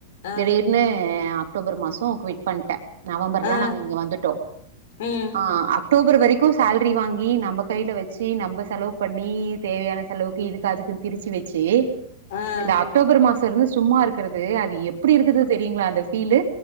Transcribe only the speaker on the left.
ஆ
ஆ
ம்
ஆ